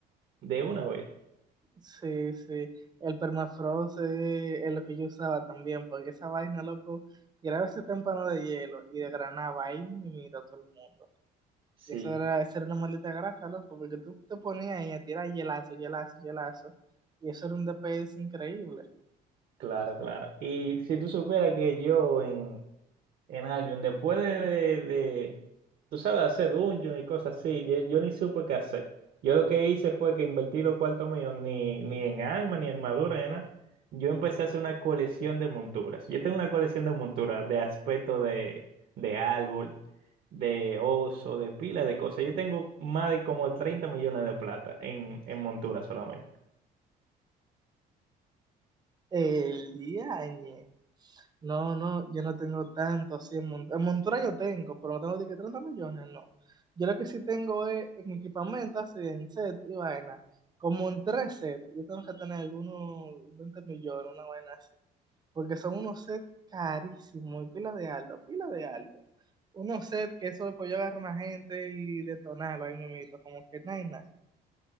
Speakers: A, on the right; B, on the right.
A: de una vez.
B: sí, sí. El permafrost eh, es lo que yo usaba también, porque esa vaina, loco, tiraba ese témpano de hielo y desgranaba ahí mimito a todo el mundo.
A: Sí,
B: Y esa era, esa era una maldita grasa, loco, porque tú te ponías ahí a tirar hielazo, hielazo, hielazo, y eso era un DPS increíble.
A: claro, claro. Y si tú supieras que yo en En Albion, después de, de, de, tú sabes, hacer dungeon y cosas así, yo, yo ni supe qué hacer. Yo lo que hice fue que invertí los cuartos míos ni, ni en armas, ni en armadura, ni nada. Yo empecé a hacer una colección de monturas. Yo tengo una colección de monturas de aspecto de, de árbol, de oso, de pila de cosas. Yo tengo más de como 30 millones de plata en, en monturas solamente.
B: El día añe No, no, yo no tengo tanto así en montura. En montura yo tengo, pero no tengo de que 30 millones, no. Yo lo que sí tengo es en equipamiento, así en set y vaina. Como en tres sets, yo tengo que tener algunos 20 millones, una vaina así. Porque son unos sets carísimos y pila de alto, pila de alto. Unos sets que eso después yo agarro a una gente y detonarlo ahí mismo, como que nada, y nada.